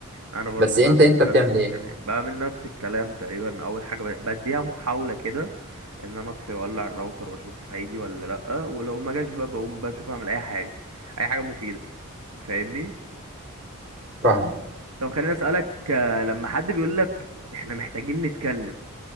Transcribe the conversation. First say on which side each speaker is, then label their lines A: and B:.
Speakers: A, on the right; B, on the right.
A: انا برضو
B: بس
A: بعمل
B: انت انت بتعمل
A: نفس الكلام
B: ايه
A: بعمل نفس الكلام تقريبا اول حاجة ب- بديها محاولة كده ان انا اطفي واولع الراوتر واشوف هيجي ولا لا ولو ما جاش بقى بقوم بشوف اعمل اي حاجة اي حاجة مفيدة فاهمني
B: فاهمه
A: طب خليني اسألك آه، لما حد بيقول لك احنا محتاجين نتكلم